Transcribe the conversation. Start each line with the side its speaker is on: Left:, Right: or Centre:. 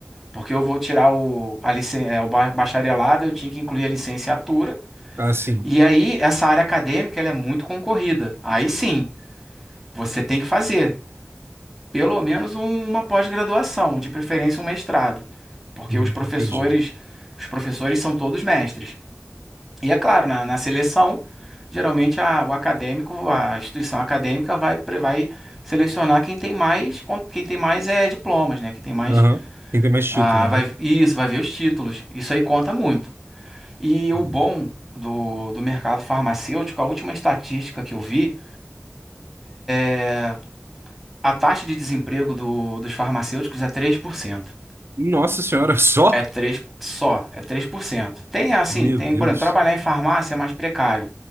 Centre: porque eu vou tirar o, a licen- é, o ba- bacharelado, eu tinha que incluir a licenciatura.
Right: Ah, sim.
Centre: E aí, essa área acadêmica, ela é muito concorrida. Aí sim, você tem que fazer. pelo menos um- uma pós-graduação, de preferência um mestrado, porque
Right: Hum,
Centre: os professores,
Right: Entendi.
Centre: os professores são todos mestres. E é claro, na, na seleção, geralmente a, o acadêmico, a instituição acadêmica vai, pre- vai selecionar quem tem mais, con- quem tem mais é diplomas, né? Quem tem mais,
Right: Aham. Tem que ter mais título,
Centre: ah,
Right: né?
Centre: vai, isso, vai ver os títulos. Isso aí conta muito. E o
Right: Hum.
Centre: bom do, do mercado farmacêutico, a última estatística que eu vi, é, a taxa de desemprego do- dos farmacêuticos é 3%.
Right: Nossa senhora, <laughs> só?
Centre: É 3 só, é 3%. Tem assim,
Right: Meu
Centre: tem,
Right: Deus.
Centre: por exemplo, trabalhar em farmácia é mais precário,